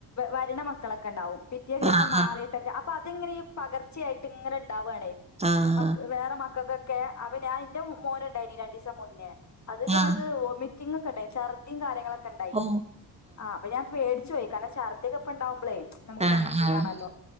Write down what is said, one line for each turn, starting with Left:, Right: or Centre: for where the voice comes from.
Left: വരണ മക്കളൊക്കെണ്ടാവും പിറ്റേ ദിവസം
Right: ആഹ്
Left: മാറിയിട്ടൊക്കെ അപ്പൊ അത്ങ്ങനെ ഈ പകർച്ചയായിട്ട് ഇങ്ങനെ ഇണ്ടാവാണേ
Right: ആഹ്
Left: മക് വേറെ മക്കക്കൊക്കെ അവ ഞാൻ ഇന്റെ മോന്ണ്ടായിനി രണ്ടീസം മുന്നേ അത് തേമാര്ക്ക്‌
Right: ആഹ്
Left: വൊമി റ്റിങ്ങൊക്കെണ്ടായി. ഛർധിം കാര്യങ്ങളൊക്കെ ഇണ്ടായിനി.
Right: ആഹ് ഓ
Left: ആഹ് അപ്പ ഞാ പേട ച്ചോയി. കാരണം ചർദിക്കപ്പണ്ടാവ്മ്പളേ നമുക്ക്‌
Right: ആഹ്
Left: ടെൻഷനാണല്ലോ
Right: ആഹ്